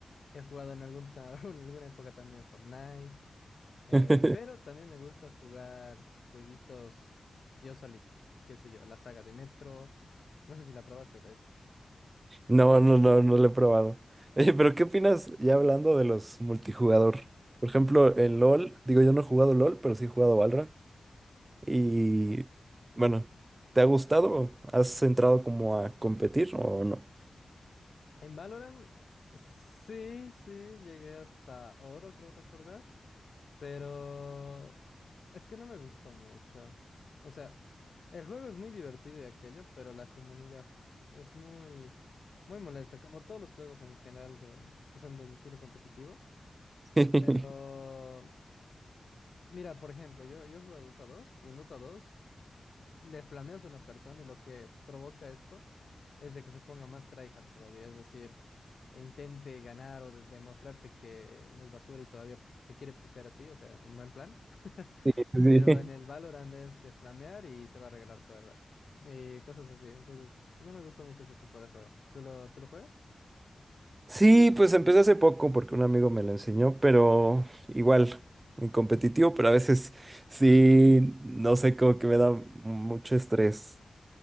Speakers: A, on the left; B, on the right.
A: he jugado en algún ta- <laughs> en alguna época también Fortnite, eh,
B: <laughs>
A: pero también me gusta jugar jueguitos yo solito, qué sé yo, la saga de Metro, no sé si la probaste de hecho.
B: No, no, no, no lo he probado. Oye, pero ¿qué opinas ya hablando de los multijugador? Por ejemplo, en LOL, digo, yo no he jugado LOL, pero sí he jugado Valorant. Y bueno, ¿te ha gustado? ¿Has entrado como a competir o no?
A: En Valorant, sí, sí, llegué hasta oro, creo recordar. Pero es que no me gusta mucho. O sea, el juego es muy divertido y aquello, pero la comunidad es muy, muy molesta, como todos los juegos en general de, que son del estilo competitivo.
B: <laughs>
A: Pero mira, por ejemplo, yo, yo juego a Dota dos y en Dota dos le flameas a una persona y lo que provoca esto es de que se ponga más tryhard todavía, es decir, e intente ganar o des- demostrarte que no es basura y todavía te quiere putear a ti, o sea, en buen plan. <laughs>
B: Sí, sí.
A: Pero en el Valorant es de flamear y se va a regalar todo el rato. Y cosas así. Entonces, no me gusta mucho ese tipo de juego. ¿Tú lo, tú lo juegas?
B: Sí, pues empecé hace poco porque un amigo me lo enseñó, pero igual, en competitivo, pero a veces sí, no sé, como que me da mucho estrés.